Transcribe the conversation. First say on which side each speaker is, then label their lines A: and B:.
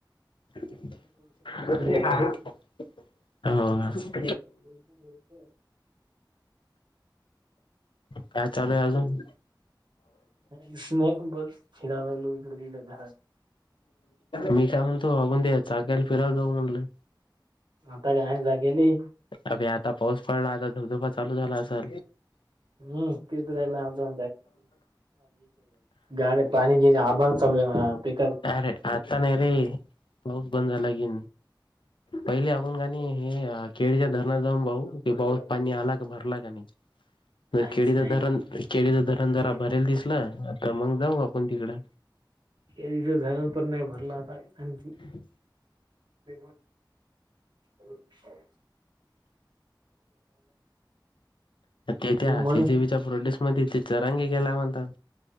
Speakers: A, on the left; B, on the right.
A: हो.
B: काही <unintelligible> होत.
A: काय चालूये आजून?
B: <unintelligible> नाही बर फिडला <unintelligible> इकड दिलं
A: मी काय म्हणतो, अघून दे चाकााला फिरायला जाऊ म्हणलं
B: आता <unintelligible> जागेले.
A: अभे आता पाऊस पडला, आता धबधबा चालू झाला असल
B: हम्म तेच राहिला आमचा गाडी पाणी घे, आभण <unintelligible>
A: अरे, आता नाही रे पाऊस बंद झाला की, पहिले आपण काणी हे केळीच्या धरणात जाऊन भाऊ, की पाऊस पाणी आला का भरला का नाही?
B: काहीच
A: केळीच
B: नाही
A: धरण, केळीच धरण, जरा
B: ठीक,
A: भरल दिसलं. तर मग, जाऊ आपण तिकडं.
B: <unintelligible> धरण पण नाही भरला आता आणखी.
A: ह
B: ब का
A: ते त्या
B: मग
A: सी जी बी च्या प्रोड्यक्ट मध्ये ते चरांगी गला म्हणतात.